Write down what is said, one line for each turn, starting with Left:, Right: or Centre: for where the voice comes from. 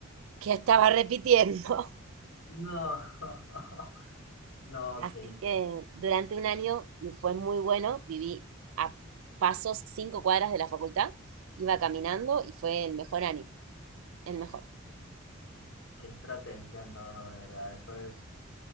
Right: que estaba repitiendo.
Left: No, <laughs>
Right: <laughs>
Left: no,
Right: Así
Left: qué,
Right: que durante un año, y fue muy bueno, viví a pasos cinco cuadras de la facultad, iba caminando y fue el mejor año, el mejor.
Left: qué estrategia, no, no, de verdad, eso es.